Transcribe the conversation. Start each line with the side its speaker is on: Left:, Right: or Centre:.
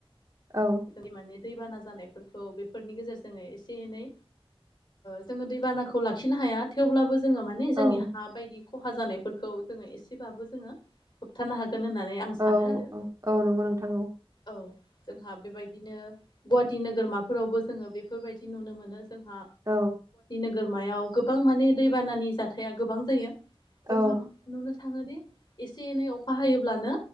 Right: औ
Left: <unintelligible> दै बाना जानायफोरखौ बेफोरनि गेजेरजों एसे एनै जोङो दै बानाखौ लाखिनो हाया थेवब्लाबो जोङो माने
Right: औ
Left: जोंनि हा बायदि खहा जानायफोरखौ जोङो एसेबाबो जोङो होबथानो हा गोन होननानै आं सानो
Right: औ
Left: आरो
Right: औ औ नंगौ नोंथां औ
Left: औ जोंहा बेबायदिनो गुवाहाटि नोगोरमाफोरावबो जोङो बेफोरबायदि नुनो मोनो जोंहा
Right: औ
Left: नोगोरमायाव गोबां माने दैबानानि जाथाया गोबां जायो
Right: औ
Left: जोंहा नुनो थाङोदि एसे एनै अखा हायोब्लानो